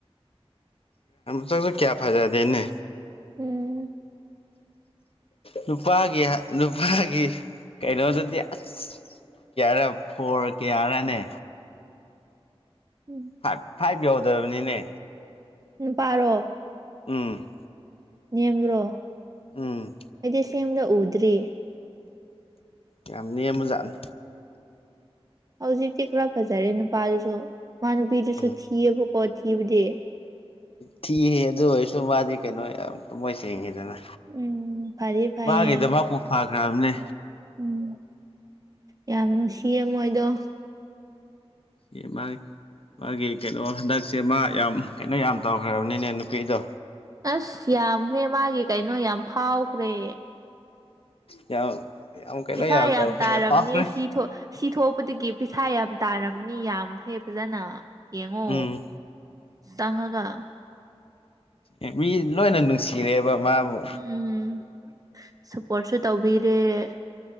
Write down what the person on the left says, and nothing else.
ꯆꯁꯨ ꯀꯌꯥ ꯐꯥꯏꯗꯗꯦꯅꯦ
ꯅꯨꯄꯥꯒꯤ ꯅꯨꯄꯥꯒꯤ ꯀꯩꯅꯣꯗꯗꯤ ꯑꯁ ꯀꯌꯥꯔ ꯐꯣꯔ ꯀꯌꯥꯔꯅꯦ
ꯐꯥꯏꯚ ꯐꯥꯏꯚ ꯌꯎꯗꯕꯅꯤꯅꯦ
ꯎꯝ
ꯎꯝ
ꯌꯥꯝ ꯅꯦꯝꯕꯖꯥꯠꯅꯤ
ꯎꯝ
ꯊꯤꯍ ꯑꯗꯨ ꯑꯣꯏꯔꯁꯨ ꯃꯥꯗꯤ ꯀꯩꯅꯣ ꯌꯥꯝ ꯇ ꯃꯣꯏ ꯆꯦꯡꯉꯤꯗꯅ
ꯃꯥꯒꯤꯗ ꯃꯥꯄꯨ ꯐꯈ꯭ꯔꯕꯅꯦ
ꯑꯦ ꯃꯥꯒꯤ ꯃꯥꯒꯤ ꯀꯩꯅꯣ ꯍꯟꯗꯛꯁꯦ ꯃꯥ ꯌꯥꯝ ꯀꯩꯅꯣ ꯌꯥꯝ ꯇꯧꯈ꯭ꯔꯕꯅꯤꯅꯦ ꯅꯨꯄꯤꯗꯣ
ꯌꯥꯝ ꯌꯥꯝ ꯀꯩꯅꯣ
ꯇꯧꯈ꯭ꯔꯦꯅꯦ
ꯐꯥꯈ꯭ꯔꯦ
ꯎꯝ
ꯑꯦ ꯃꯤ ꯂꯣꯏꯅ ꯅꯨꯡꯁꯤꯔꯦꯕ ꯃꯥꯕꯨ